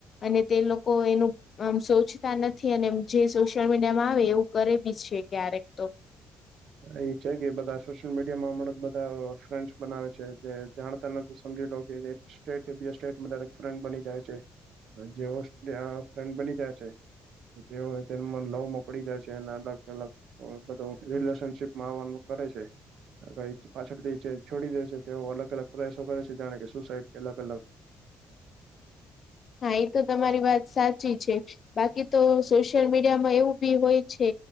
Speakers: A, on the left (about 50°); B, on the right (about 70°).
A: અને તે લોકો એનું આમ સોચતા નથ થી અને જે સોશિયલ મીડિયા માં આવે એવું કરે બી છે ક્યારેક તો
B: એ છે કે બધા સોશિયલ મીડિયા માં હમણાં બધા ફ્રેન્ડસ બનાવે છે જે જાણતા નથી સમજી લો કે એક સ્ટેટથી બીજ સ્ટેટમાં ફ્રેન્ડ બની જાય છે. જે <unintelligible> ફ્રેન્ડ બની જાય છે તેઓ તે લવમાં પડી જાય છે અને અલગ અલગ અ બધૂ રિલેસ સનશીપમાં આવાનું કરે છે. આગળ એ પાછળથી છોડી દે છે તેઓ અલગ અલગ પ્રયાસો કરે છે જાણે કે સુસાઈડ કે અલગ અલગ
A: હા એ તો તમારી વાત સાચી છે. બાકી તો સોશિયલ મીડિયા માં એવું બી હોય છે